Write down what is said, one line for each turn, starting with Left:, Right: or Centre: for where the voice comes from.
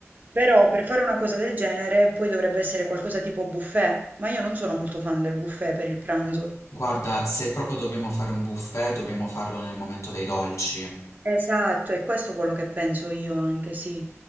Right: però per fare una cosa del genere poi dovrebbe essere qualcosa tipo buffet, ma io non sono molto fan del buffet per il pranzo.
Left: Guarda, se proprio dobbiamo fare un buffet, dobbiamo farlo nel momento dei dolci.
Right: Esatto, è questo quello che penso io anche, sì.